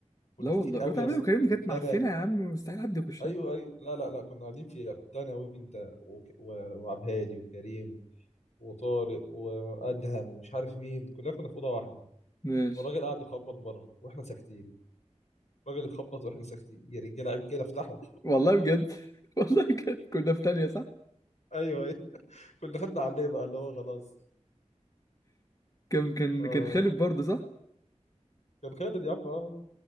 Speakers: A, on the left; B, on the left.
A: كنا
B: لا والله
A: كتير قوي
B: وانت عمال
A: يا اسطى
B: تكلمني كانت
A: كنت
B: معفنه
A: انا
B: يا عم مستحيل حد يخشها
A: ايوه ايوه لا لا لا كنا قاعدين فيها كنت انا وانت وك... و... وعبد هادي وكريم وطارق وادهم ومش عارف مين كلنا كنا في اوضه واحده
B: ماشي
A: والراجل قاعد يخبط بره واحنا ساكتين الراجل يخبط واحنا ساكتين يا رجاله عيب كده افتحوا
B: والله بجد <laughs> والله بجد كنا في تانية صح
A: <laughs> ايوه ايوه كنا خدنا عليه بقى اللي هو خلاص
B: كان كان
A: اه
B: كان خالد برضه صح
A: كان خالد يا عم اه